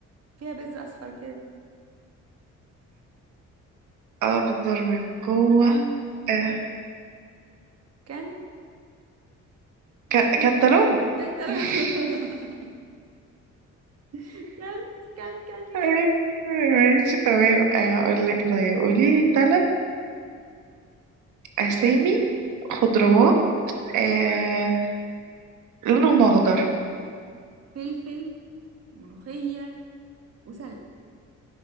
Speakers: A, on the right; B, on the right.
A: فيها بذر اصفر كده
B: اخضر من جوه
A: كان
B: آه،
A: كان
B: ك...
A: كان
B: كانتالوب
A: كان تل-
B: <laughs>
A: <laughs> كان كان كان فيها
B: آه، ماشي تمام آه، اقول لك طيب قولي لي ثلاث اسامي خضروات آه، لونهم اخضر
A: فلفل ملوخية وسلق